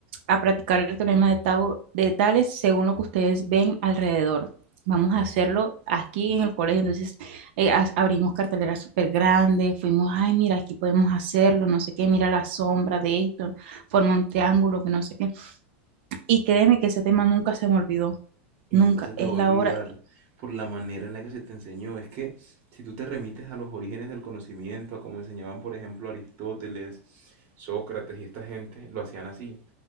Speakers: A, on the right; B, on the right.
A: a practicar el teorema de, Tabo- de Tales según lo que ustedes ven alrededor. Vamos a hacerlo aquí en el colegio, entonces eh, as- abrimos carteleras súper grandes, fuimos, ay, mira, aquí podemos hacerlo, no sé qué, mira la sombra de esto, forma un triángulo, que no sé qué. Y créeme que ese tema nunca se me olvidó,
B: Y
A: nunca,
B: nunca se te
A: es
B: va a
A: la
B: olvidar
A: hora,
B: por la manera en la que se te enseñó. Es que si tú te remites a los orígenes del conocimiento, a cómo enseñaban, por ejemplo, Aristóteles, Sócrates y esta gente, lo hacían así.